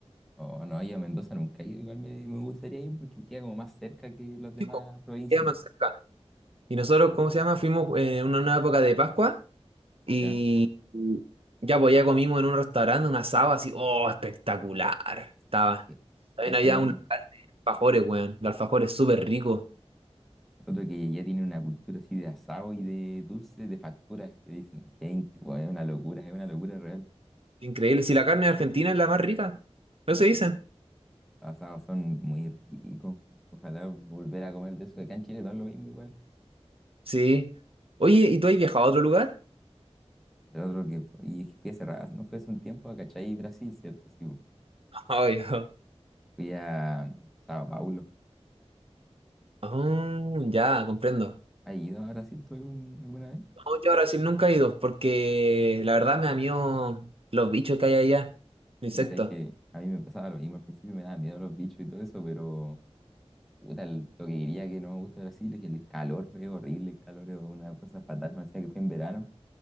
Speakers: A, in the centre; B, on the right.
A: O no, yo a Mendoza nunca he ido, igual me, me gustaría ir porque queda como más cerca que las demás
B: Chico. po.
A: provincias,
B: Queda más cerca. Y nosotros, ¿cómo se llama? Fuimos eh, en una, una época de Pascua y
A: ¿ya?
B: y ya, pues ya comimos en un restaurante un asado así. ¡Oh, espectacular! Estaba.
A: Es que
B: También
A: Eso
B: había
A: es lo
B: un
A: otro.
B: local de alfajores, weón. Los alfajores súper ricos.
A: Otro que ya tiene una cultura así de asado y de dulce, de facturas, que dicen que hay- bueno, es una locura, es una locura real.
B: Increíble. Si la carne argentina es la más rica. Eso
A: Sí,
B: dicen.
A: eh, asados son muy ricos. Ojalá volver a comer de eso. Acá en Chile no es lo mismo igual.
B: Sí. Oye, ¿y tú has viajado a otro lugar?
A: El otro que fue, y es que fui hace rato, no fue hace un tiempo a Cachai, Brasil, ¿cierto? Sí, bu.
B: Ay, <laughs>
A: fui a Sao Paulo.
B: Oh, ya, comprendo.
A: ¿Has ido a Brasil tú algún- alguna vez?
B: No, yo a Brasil nunca he ido porque la verdad me da miedo los bichos que hay allá, insectos.
A: Y sabes que a mí me pasaba lo mismo al principio, me daba miedo los bichos y todo eso, pero Puta, el- lo que diría que no me gusta de Brasil es que el calor es horrible, el calor es una cosa fatal, me decía que fue en verano.